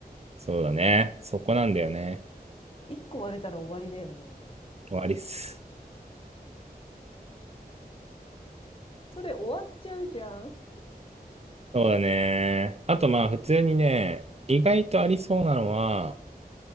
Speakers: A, on the right; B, on the left.
A: そうだね。そこなんだよね。
B: 一個割れたら終わりだよね。
A: 終わりっす。
B: それ終わっちゃうじゃん。
A: そうだね。あとまあ普通にね、意外とありそうなのは、